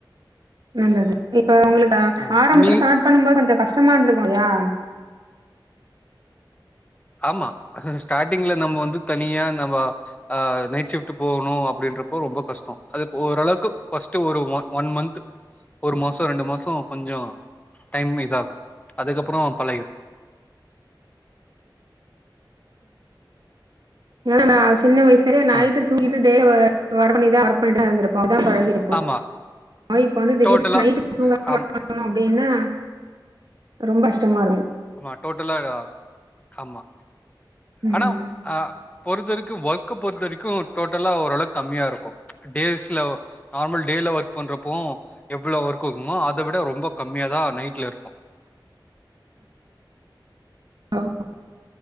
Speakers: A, on the right; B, on the left.
A: நல்லது இப்ப உங்கள
B: ஆமா
A: ஆரம்பத்துல
B: நீ
A: சா ட் பண்ணும் போது கொஞ்சம் கஷ்டமா இருந்துருக்கும் இல்லையா
B: ஆமா ஸ்டார்ட்டிங்ல நம்ம வந்து தனியா நம்ம அ நைட் ஷிப்ட் போகணும் அப்டின்றப்போ ரொம்ப கஷ்டம் அது ஓரளவுக்கு பஸ்ட்டு ஒரு ஒ ஒன் மந்த் ஒரு மாசோ ரெண்டு மாசோ கொஞ்சம் டைம் இதாகும் அதுக்கப்பறோ பழகிடும்
A: இல்லன்னா சின்ன வயசுலயே நைட்டுக்கு
B: ஆ
A: தூங்கிட்டு டே மார்னிங் தான் ஒர்க் பண்ணிட்டுதா இருந் இப்ப அதான் பழகி இருப்போ
B: ஆமா
A: ஆ இப்ப வந்து திடீர்னு
B: டோட்டலா
A: நைட் தூங்காம
B: ஆம்
A: இரு அப்டின்னா ரொம்ப கஷ்டமா இருக்கும்
B: ஆமா டோட்டலா ஆமா
A: ம்
B: ஆனா ஆ பொறுத்த வரைக்கும் ஒர்க் பொறுத்த வரைக்கும் டோட்டலா ஓரளவு கம்மியா இருக்கும் டேஸ்ல நார்மல் டேய்ல ஒர்க் பண்றப்போ எவ்ளோ ஒர்க் இருக்குமோ அதை விட ரொம்ப கம்மியா தான் நைட்ல இருக்கும்
A: ஹலோ